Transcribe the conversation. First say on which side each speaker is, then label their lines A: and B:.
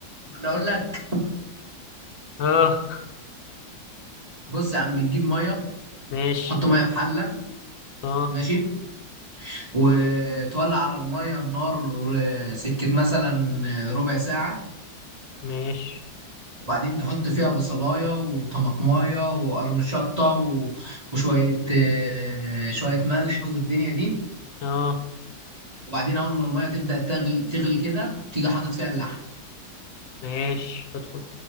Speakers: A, on the right; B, on the left.
A: أنا أقول لك
B: اه
A: بص يا عم بتجيب مية
B: ماشي
A: تحط مية في حلة
B: اه
A: ماشي وتولع على المية النار آه، سكة مثلا آه، ربع ساعة
B: ماشي
A: وبعدين تحط فيها بصلاية وطماطماية وقرن شطة و- وشوية آه، شوية ملح والدنيا دي
B: اه
A: وبعدين أول ما المية تبدأ تغلي, تغلي كده تيجي حاطط فيها اللحمة
B: ماشي ادخل